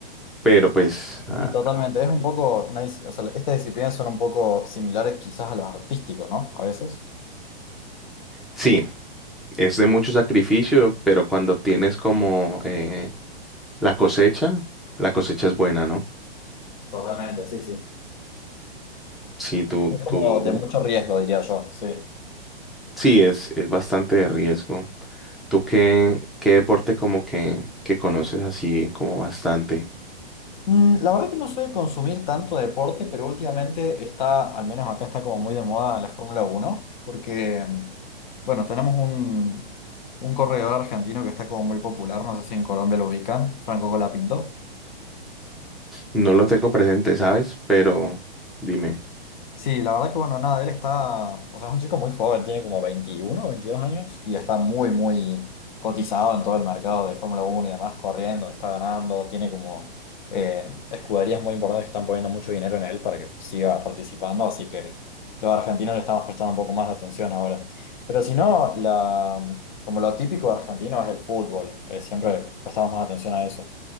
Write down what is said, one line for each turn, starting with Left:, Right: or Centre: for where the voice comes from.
Centre: Pero pues ah,
Left: Sí, totalmente. Es un poco, una dis- o sea, estas disciplinas son un poco similares quizás a lo artístico, ¿no? A veces.
Centre: sí, es de mucho sacrificio, pero cuando tienes como eh, la cosecha, la cosecha es buena, ¿no?
Left: Totalmente, sí, sí.
Centre: Sí, tú,
Left: Es como
Centre: tú,
Left: de mucho riesgo, diría yo, sí.
Centre: sí, es, es bastante de riesgo. ¿Tú qué, qué deporte como que, que conoces así como bastante?
Left: Mm, la verdad que no soy de consumir tanto deporte, pero últimamente está, al menos acá está como muy de moda la Fórmula Uno, porque, bueno, tenemos un, un corredor argentino que está como muy popular, no sé si en Colombia lo ubican, Franco Colapinto.
Centre: No lo tengo presente, ¿sabes? Pero dime,
Left: Sí, la verdad que bueno, nada, él está, o sea, es un chico muy joven, tiene como 21 o 22 años y está muy, muy cotizado en todo el mercado de Fórmula Uno y demás, corriendo, está ganando, tiene como eh, escuderías muy importantes que están poniendo mucho dinero en él para que siga participando, así que los argentinos le estamos prestando un poco más de atención ahora. Pero si no, la, como lo típico argentino es el fútbol, eh, siempre prestamos más atención a eso.